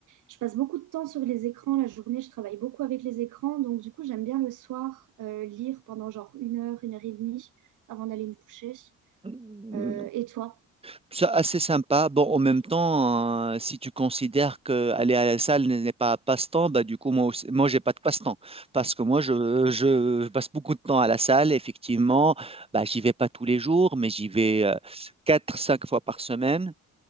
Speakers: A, on the right (about 85°); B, on the right (about 20°).
A: je passe beaucoup de temps sur les écrans la journée. Je travaille beaucoup avec les écrans, donc du coup j'aime bien le soir euh, lire pendant genre une heure, une heure et demie avant d'aller me coucher.
B: Mm,
A: Euh, et toi?
B: C'est assez sympa. Bon, en même temps, euh, si tu considères que aller à la salle n'est pas un passe-temps, bah du coup, moi aussi, moi, j'ai pas de passe-temps. Parce que moi, je, je passe beaucoup de temps à la salle, effectivement. Bah, j'y vais pas tous les jours, mais j'y vais euh, quatre, cinq fois par semaine.